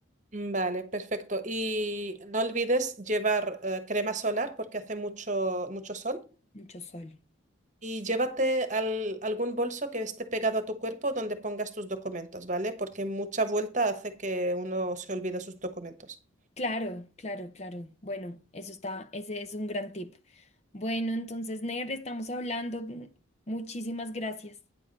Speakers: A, on the right (about 35°); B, on the left (about 35°).
A: Mm, Vale, perfecto. Y no olvides llevar eh, crema solar porque hace mucho, mucho sol.
B: mucho sol.
A: Y llévate al- algún bolso que esté pegado a tu cuerpo donde pongas tus documentos, ¿vale? Porque mucha vuelta hace que uno se olvide sus documentos.
B: Claro, claro, claro. Bueno, eso está, ese es un gran tip. Bueno, entonces, Ner, estamos hablando. Muchísimas gracias.